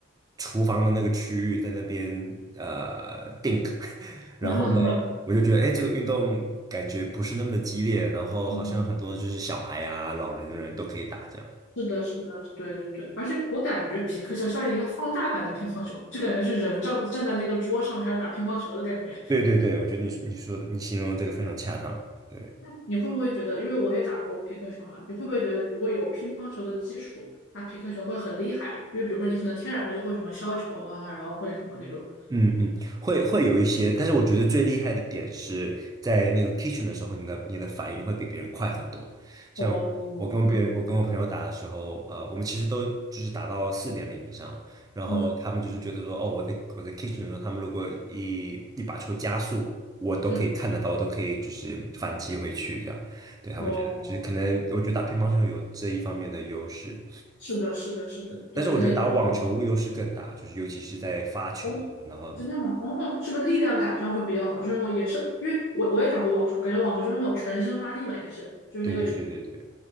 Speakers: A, on the right; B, on the left.
A: 厨房的那个区域在那边呃 t i n k <laughs> 然后呢，
B: <laughs>
A: 我就觉得哎，诶这个运动感觉不是那么的激烈，然后好像很多就是小孩啊、
B: 嗯，
A: 老人人都可以打这样。
B: 是的，是的，对对对，而且我感觉匹克球像一个放大版的乒乓球，就感觉是人站站在那个桌上开始打乒乓球的感觉。
A: 对对对，我觉得你你说的你形容的这个非常恰当。对，
B: 那你会不会觉得，因为我也打过匹克球嘛，你会不会觉得如果有乒乓球的基础，打匹克球会很厉害啊？因为比如说你可能天然的就会什么削球啊，然后会什么那种。
A: 嗯嗯，会会有一些，但是我觉得最厉害的点是在那个 kitchen 的时候，你的你的反应会比别人快很多。
B: 哦，
A: 我跟别人，
B: 嗯
A: 我跟我朋友打的时候，呃，我们其实都就是打到四点零以上了，然后他们就是觉得说，
B: 嗯
A: 哦，我在我在 kitchen 的时候，他们如果一一把球加速，我都可以看得到，
B: 嗯，
A: 我都可以就是反击回去这样。对，他们觉得就是可能，
B: 哦，
A: 我觉得打乒乓球有这一方面的优势。
B: 是的，是的，是的，
A: 但是我觉得打网球优势更大，
B: 对，可能也是。
A: 就是尤其是在发球啊然后
B: 哦，真的吗？哦，是不是力量感上会比较好？就是那种也是，因为我我也打过网球，感觉网球就是那种全身发力嘛，也是，就是那个球。
A: 对对对对对，